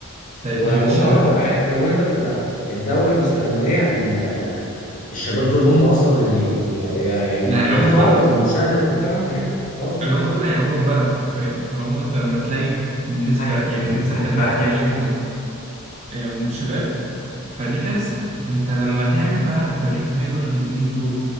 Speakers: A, on the right; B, on the left.
A: ت- يعني
B: و- واه
A: الشباب
B: يعني انت وانت بتبقى الدولة مستنية ال- الشباب دول هم اصلا اللي ي- ي- يعني
A: اللي هيقوموا
B: يرفعوا
A: البلد
B: من شأن المجتمع يعني اه بالظبط
A: اللي هم دول هيقوموا البلد حرفيا فهو انت لما تلاقي النسبه
B: زي
A: يعني
B: مم. بالنسبة
A: مثلا 80%
B: يعني
A: منهم آه، شباب فدي كارثة فانت لما تعمل بقى ال 80% دول المدمنين دول